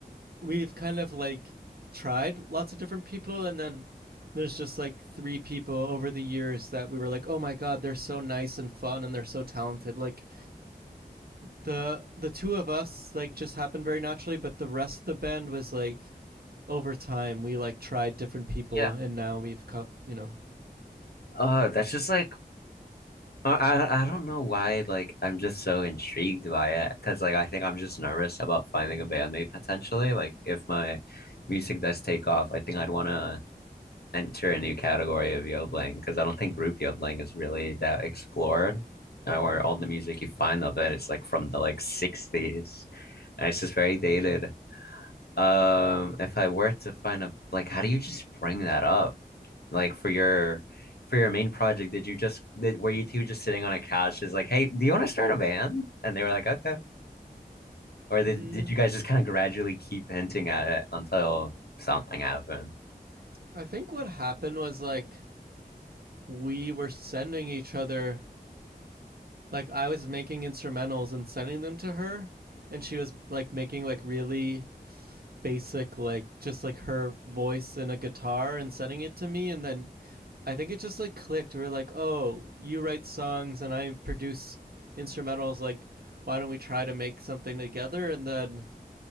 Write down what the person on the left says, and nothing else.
Yeah.
Uh, that's just like I I I don't know why like I'm just so intrigued by it because like I think I'm just nervous about finding a bandmate potentially like if my music does take off I think I'd want to enter a new category of yodeling because I don't think group yodeling is really that explored uh, where all the music you find of it's like from the like 60s and it's just very dated um, if I were to find a like, how do you just bring that up? Like for your for your main project, did you just did, were you two just sitting on a couch, just like, hey, do you want to start a band? And they were like, okay. Or did
did you guys just kind of gradually keep hinting at it until something happened?